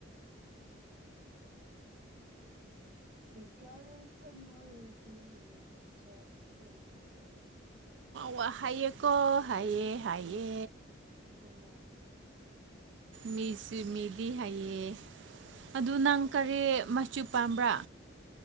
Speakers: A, on the right; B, on the right.
A: ꯎꯝ ꯁꯤꯒꯔꯤ ꯊ ꯃꯣꯏꯒꯤ ꯃꯆꯦꯛ ꯁꯤꯗꯨꯔ
B: ꯃ ꯍꯥꯏꯩꯀꯣ ꯍꯥꯏꯌꯦ ꯍꯥꯏꯌꯦ
A: ꯑꯇꯅꯦ
B: ꯃꯤꯁꯤ ꯃꯤꯗꯤ ꯍꯥꯏꯌꯦ ꯑꯗꯨ
A: ꯍꯣꯏꯌꯦ
B: ꯅꯪ ꯀꯔꯤ ꯆꯨꯄꯥꯝꯕ꯭ꯔꯥ